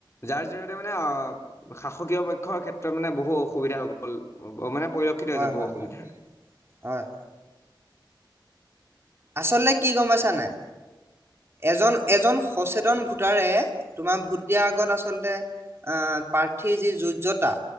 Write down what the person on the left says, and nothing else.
যাৰ জৰিয়তে মানে অ শাসকীয় পক্ষৰ ক্ষেত্ৰত মানে বহু অসুবিধা হ'ব মানে পৰিলক্ষিত
হৈছে
বহু অসুবিধাৰ।